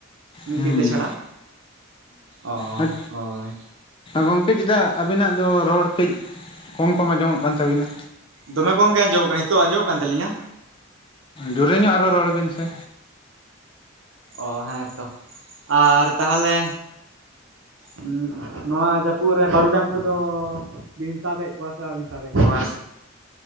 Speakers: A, on the right; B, on the left.
A: ᱢᱤᱫ
B: ᱦᱩᱸ
A: ᱵᱤᱛᱟᱹ ᱪᱷᱟᱲᱟ ᱚ
B: ᱦᱩᱸ
A: ᱦᱳᱭ᱾
B: ᱜᱚᱢᱠᱮ ᱪᱮᱫᱟᱜ ᱟᱵᱤᱱᱟᱜ ᱫᱚ ᱨᱚᱲ ᱠᱟᱹᱡ ᱠᱚᱢ ᱠᱚᱢ ᱟᱸᱡᱚᱢᱚᱜ ᱠᱟᱱ ᱛᱟᱹᱵᱤᱱᱟ?
A: ᱫᱚᱢᱮ ᱠᱚᱢ ᱜᱮ ᱟᱸᱡᱚᱢ ᱠᱟᱱᱟ ᱱᱤᱛᱚᱜᱜ ᱟᱸᱡᱚᱢᱚᱜ ᱠᱟᱱ ᱛᱞᱤᱧᱟ?
B: ᱡᱳᱩᱨᱮ ᱧᱚᱜ ᱟᱨᱚ ᱨᱚᱲ ᱵᱤᱱ ᱥᱮ᱾
A: ᱚ ᱦᱮᱸ ᱛᱚ ᱟᱨ ᱛᱟᱦᱚᱞᱮ ᱩᱸᱜ ᱱᱚᱣᱟ ᱡᱟᱹᱯᱩᱫ ᱨᱮ ᱵᱟᱹᱨᱩᱰᱟᱝ ᱠᱚᱫᱚ ᱵᱤᱱ ᱥᱟᱵᱮᱜ ᱠᱚᱣᱟ ᱥᱮ ᱵᱟᱹᱵᱤᱱ ᱥᱟᱵᱮᱜ ᱠᱚᱣᱟ?